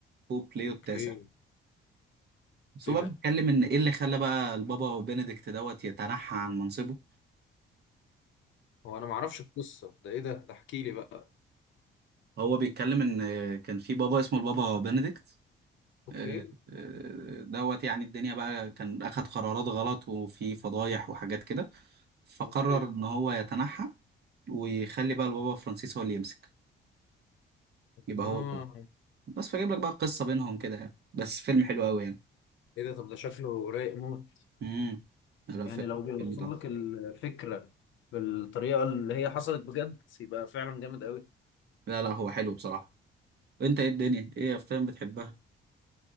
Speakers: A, on the right; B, on the left.
A: بوب ليو
B: اوكي
A: التاسع بس
B: ايه
A: هو بقى
B: ده
A: بيتكلم ان ايه اللي خلى بقى البابا بنديكت دوت يتنحى عن منصبه
B: هو انا معرفش القصة ده ايه ده ده احكي لي بقى
A: هو بيتكلم ان كان في بابا اسمه البابا بنديكت
B: اوكي
A: آه، آه، دوت يعني الدنيا بقى كان اخد قرارات غلط وفي فضايح وحاجات كده فقرر
B: اوكي
A: ان هو يتنحى ويخلي بقى البابا فرانسيس هو اللي يمسك يبقى
B: اه
A: هو البابا بس فجيب لك بقى قصة بينهم كده يعني بس فيلم حلو قوي يعني
B: ايه ده طب ده شكله رايق موت
A: امم لا
B: يعني
A: فيلم
B: لو بيوصل
A: فيلم تحفة
B: لك الفكرة بالطريقة اللي هي حصلت بجد يبقى فعلا جامد قوي
A: لا لا هو حلو بصراحة انت ايه الدنيا ايه افلام بتحبها